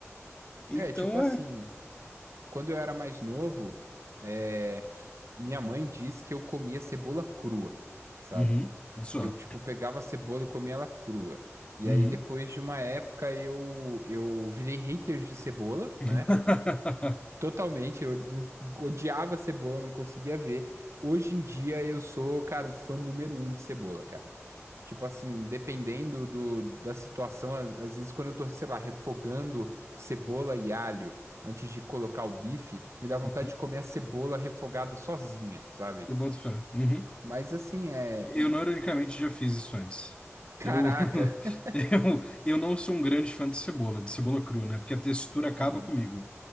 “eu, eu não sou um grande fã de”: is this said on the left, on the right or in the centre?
Left